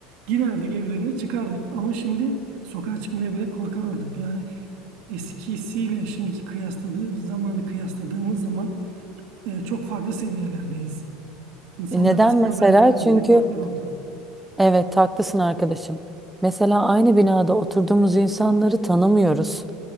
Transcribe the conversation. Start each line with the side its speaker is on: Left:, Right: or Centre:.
Right: girerdik evlerine çıkardık. Ama şimdi sokağa çıkmaya bile korkar olduk. Yani eskisiyle şimdiki kıyasladığı zamanı kıyasladığımız zaman e, çok farklı seviyelerdeyiz. İnsanlara
Centre: E, Neden
Right: selam
Centre: mesela?
Right: vermekten
Centre: Çünkü
Right: bile korkar olduk.
Centre: Evet, haklısın arkadaşım. Mesela aynı binada oturduğumuz insanları tanımıyoruz.